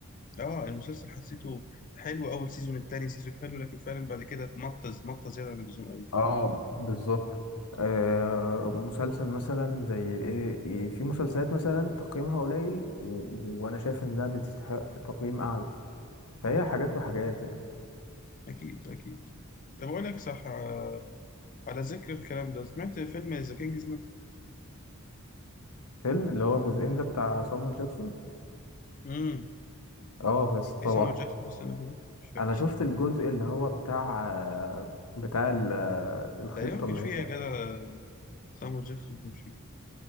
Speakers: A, on the left; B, on the left.
A: آه المسلسل حسيته حلو أول سيزون التاني سيزون حلو لكن فعلا بعد كده مطز مطز زيادة عن اللزوم
B: اه بالظبط آه مسلسل مثلا زي ايه إيه- في مسلسلات مثلا تقييمها قليل و... وانا شايف ان لا دي تستحق تقييم اعلى فهي حاجات وحاجات يعني
A: أكيد أكيد طب أقول لك صح آه، على ذكر الكلام ده سمعت فيلم ذا كينجز مان؟
B: فيلم اللي هو الجزئين ده بتاع صامويل جاكسون
A: امم
B: اه بس
A: كان
B: طبعا
A: في سامو جاكسون استنى كده مش فاكر
B: انا
A: صدق
B: شفت الجزء اللي هو بتاع بتاع ال- الخطة
A: تقريبا ما كانش
B: اللي
A: فيه
B: هي
A: يا جدع سامو جاكسون ما كانش فيه